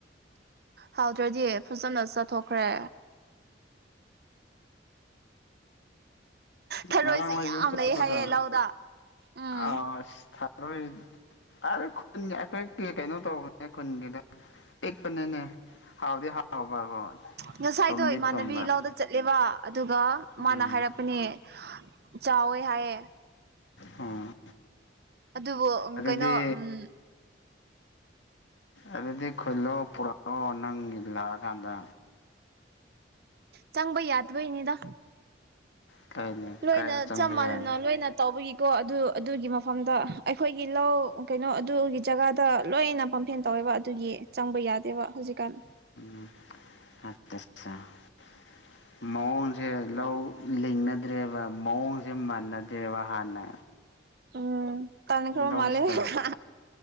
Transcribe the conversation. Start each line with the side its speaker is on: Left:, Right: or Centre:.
Right: ꯍꯥꯎꯗ꯭ꯔꯗꯤ ꯐꯖꯅ ꯆꯊꯣꯛꯈ꯭ꯔꯦ ꯊꯔꯣꯏꯁꯨ
Left: ꯉꯔꯥꯡ ꯅꯣꯢ
Right: ꯌꯥꯝ
Left: ꯌꯨꯝ ꯆꯠꯄꯗ
Right: ꯂꯩ ꯍꯥꯏꯌꯦ ꯂꯧꯗ ꯎꯝ
Left: ꯑꯁ ꯊꯔꯣꯏ ꯇꯔꯦ ꯈꯨꯟꯒꯤ ꯑꯩꯈꯣꯏ ꯀꯩꯅꯣ ꯇꯧꯕꯅꯦ ꯈꯨꯟꯒꯤꯗꯣ ꯄꯤꯛꯄꯅꯤꯅꯦ ꯍꯥꯎꯗꯤ ꯍꯥꯎꯕꯀꯣ
Right: ꯉꯁꯥꯏꯗꯣ
Left: ꯊꯨꯝꯗꯤ
Right: ꯏꯃꯥꯟꯅꯕꯤ
Left: ꯊꯨꯝꯕ
Right: ꯂꯧꯗ ꯆꯠꯂꯦꯕ ꯑꯗꯨꯒ
Left: ꯎꯝ
Right: ꯃꯥꯅ ꯍꯥꯏꯔꯛꯄꯅꯦ ꯆꯥꯎꯋꯦ ꯍꯥꯏꯌꯦ
Left: ꯑꯣ
Right: ꯑꯗꯨꯕꯨ
Left: ꯑꯗꯨꯗꯤ
Right: ꯀꯩꯅꯣ ꯎꯝ
Left: ꯑꯗꯨꯗꯤ ꯈꯨꯂꯣꯛꯑꯣ ꯄꯨꯔꯛꯑꯣ ꯅꯪꯒꯤ ꯂꯥꯛꯑꯀꯥꯟꯗ
Right: ꯆꯪꯕ ꯌꯥꯗꯕꯩꯅꯦꯗ
Left: ꯀꯥꯏꯅ
Right: ꯂꯣꯏꯅ
Left: ꯀꯥꯏꯗ ꯆꯪꯕ
Right: ꯆꯞ
Left: ꯌꯥꯅꯤ
Right: ꯃꯥꯟꯅꯅ ꯂꯣꯏꯅ ꯇꯧꯕꯒꯤ ꯀꯣ ꯑꯗꯨ ꯑꯗꯨꯒꯤ ꯃꯐꯝꯗ ꯑꯩꯈꯣꯏꯒꯤ ꯂꯧ ꯀꯩꯅꯣ ꯑꯗꯨꯒꯤ ꯖꯒꯥꯗ ꯂꯣꯏꯅ ꯄꯝꯐꯦꯟ ꯇꯧꯋꯦ ꯑꯗꯨꯒꯤ ꯆꯪꯕ ꯌꯥꯗꯦꯕ ꯍꯧꯖꯤꯛꯀꯥꯟ
Left: <unintelligible> ꯃꯑꯣꯡꯁꯦ ꯂꯧ ꯂꯤꯡꯅꯗ꯭ꯔꯦꯕ ꯃꯑꯣꯡꯁꯦ ꯃꯅꯗ꯭ꯔꯦꯕ ꯍꯥꯟꯅ
Right: ꯎꯝ ꯇꯟ ꯈꯕ
Left: ꯂꯧꯁꯤꯗ
Right: ꯃꯂꯦ ꯍꯥ